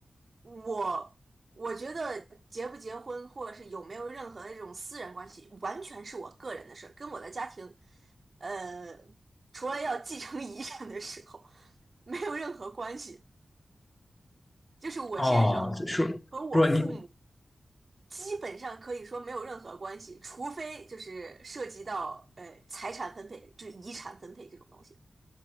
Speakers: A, on the right (about 50°); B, on the left (about 20°).
A: 我我觉得结不结婚，或者是有没有任何的这种私人关系，完全是我个人的事儿，跟我的家庭，呃，除了要继承遗产的时候，没有任何关系。就是我先生
B: 哦，是说你。
A: 和我父母基本上可以说没有任何关系，除非就是涉及到呃财产分配，就是遗产分配这种东西。